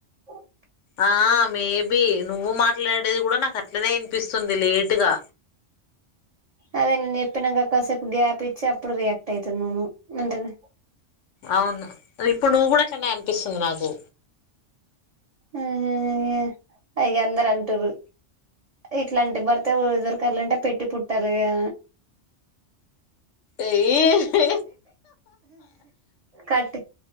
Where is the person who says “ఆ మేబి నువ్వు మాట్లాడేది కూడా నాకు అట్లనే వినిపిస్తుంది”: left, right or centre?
Left